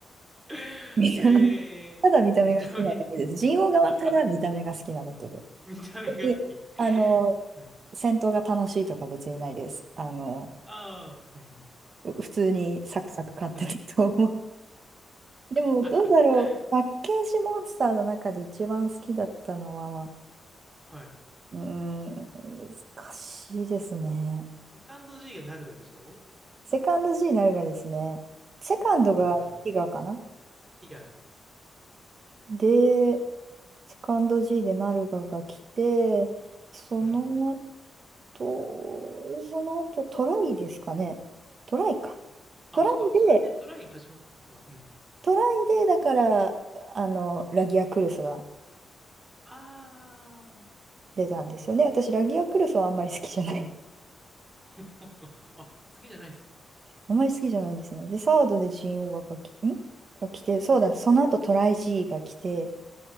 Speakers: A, on the right (about 15°); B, on the right (about 50°).
A: <laughs>
B: 見た目、
A: ええー、
B: ただ見た目が好きなだけです。
A: 見た目。
B: ジンオウ側はただ見た目が好きなだけで。
A: <laughs> <laughs> 見た目が好き。
B: であの、
A: はい。
B: 戦闘が楽しいとか別にないです。あの、
A: ああ、はいはい。
B: 普通にサクサク勝ってると思う。
A: あ、うん。
B: でも、
A: <laughs>
B: どうだろう。パッケージモンスターの中で一番好きだったのは、
A: はい。
B: うーん、難しいですね。
A: セカンド G がなるがでしょ
B: セカンド G になるがですね、セカンドがティガかな
A: うんうん。T が、
B: で、セカンド G でナルガが来て、その
A: うん。
B: 後、その後トライですかね。
A: あー、
B: トライか。
A: あそっか。
B: トライで、
A: その間にトライ始まったのか。うん。
B: トライで、だから、あの、ラギアクルスが
A: あ
B: 出たんですよね。私、ラギアクルスはあんまり好きじゃない
A: あ。<laughs> あ、次じゃないですか。
B: あまり好きじゃないんですね。で、サードでジーオ o が来んが来て、そうだ、その後トライ G が来て、